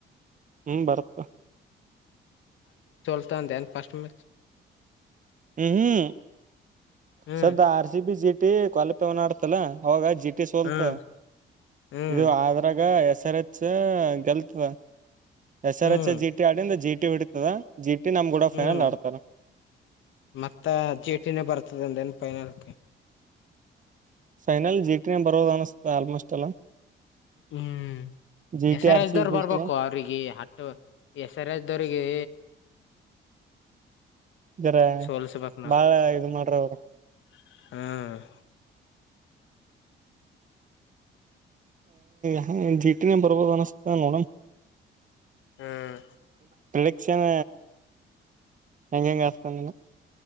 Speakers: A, on the right; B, on the left.
A: ಹ್ಮ್ ಬರುತ್ತ
B: ನ್ ಫಸ್ಟ್ ಮಚ್
A: ಹ್ಮ್ ಹ್ಮ್
B: ಹ್ಮ್
A: ಸ್ದ ಆರ್ ಸಿ ಬಿಸಟ್ ಕೊಲ್ಪೆವನ ಆಡ್ತಲ ಅವಾಗ ಜಿ ಟಿ ಸೋಲ್ತ
B: ಹ್ಮ್ ಹ್ಮ್
A: ಇದು ಆದ್ರಾಗ ಎಸ್ ಎಸ್ ಆರ್ ಎಚ್ ಗಲ್ತದ ಎಸ್
B: ಹ್ಮ್
A: ಆರ್ ಎಚ್ ಜಿ ಟಿ ಆಡಿಂದ ಜಿ ಟಿ ಬಿಡತದ ಜಿಟಿ ನಮ್ ಕೂಡ
B: ಹ್ಮ್
A: ಫೈನಲ್ ಆಡ್ತಾರ
B: ಮತ್ತ ಜೀ ಟಿನ ಬರ್ತದಂದ ಏನ್ ಫೈನಲ್
A: ಫೈನಲ್ ಜಿ ಟ ನ ಬರೋದ ಅನಸ್ತದ ಆಲ್ಮೋಸ್ಟ್ ಎಲ್ಲ
B: ಹ್ಮ್
A: GT
B: S R
A: RCB
B: S ದವರ್
A: ಬೀಳ್ತದ
B: ಬರ್ಬೇಕು ಅವ್ರಿಗೆ ಹಟ್ಟು ಎಸ್ ಆರ್ ಎಸ್ ದವ್ರಿಗೆ
A: ಇದರ
B: ಸೋಲ್ಸ್ಬೇಕ್ ನಾವ್
A: ಬಾಳ ಇ ಮಾಡ್ರ ಅವ್ರ
B: ಹ್ಮ್
A: ಹ ಜೀಟಿನನ್ ಬರ್ಬೋದು ಅನಿಸತ ನೋಡ
B: ಹ್ಮ್
A: ಪ್ರಲೆಕ್ಕ್ಷನ ಹೆಂಗಂಗಸ ಬಂದಣ